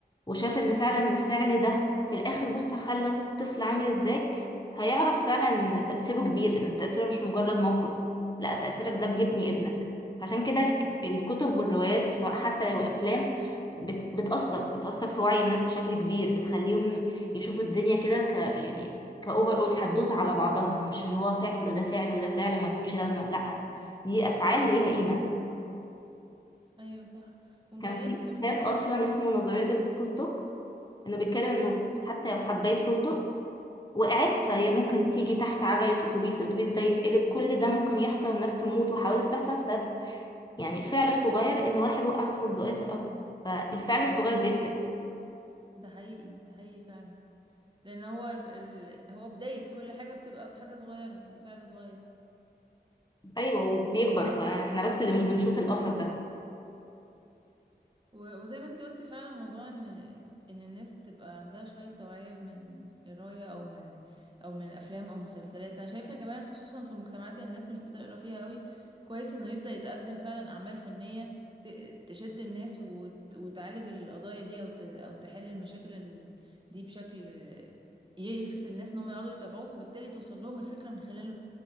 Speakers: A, on the left (about 25°); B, on the right (about 30°).
A: وشاف ان فعلا الفعل ده في الاخر بص خلى الطفل عامل ازاي هيعرف فعلا ان تأثيره كبير ان تأثيره مش مجرد موقف لا تأثيرك ده بيبني ابنك عشان كده الك- الكتب والروايات وسواء حتى لو افلام بت- بتأثر بتأثر في وعي الناس بشكل كبير بتخليهم يشوفوا الدنيا كده ك يعني كأوفر أول حدوتة على بعضها مش ان هو فعل وده فعل وده فعل وملهمش لازمة لا دي أفعال وليها قيمة
B: ايوه صح ومتهيألي
A: كان في
B: كمان
A: كتاب
B: في
A: أصلا
B: ال...
A: اسمه نظرية الفوزدوك انه بيتكلم انه حتى لو حباية فستق وقعت فهي ممكن تيجي تحت عجلة اتوبيس الاتوبيس ده يتقلب كل ده ممكن يحصل والناس تموت وحوادث تحصل بسبب يعني فعل صغير ان واحد وقع فستقية في الارض فالفعل الصغير بيفرق
B: ده حقيقي ده حقيقي فعلا لان هو ال... ال... هو بداية كل حاجة بتبقى بحاجة صغيرة بفعل صغير
A: ايوه وبيكبر فاحنا بس اللي مش بنشوف الاثر ده
B: و- وزي ما انت قلتي فعلا موضوع ان ان الناس تبقى عندها شوية توعية من قراية او من او من الافلام او مسلسلات انا شايفة كمان خصوصا في المجتمعات اللي الناس مش بتقرا فيها قوي كويس انه يبدأ يتقدم فعلا اعمال فنية ت- تشد الناس وت- وتعالج القضايا دي او ت- او تحل المشاكل ال- دي بشكل يلفت الناس ان هم يقعدوا يتابعوه فبالتالي توصل لهم الفكرة من خلال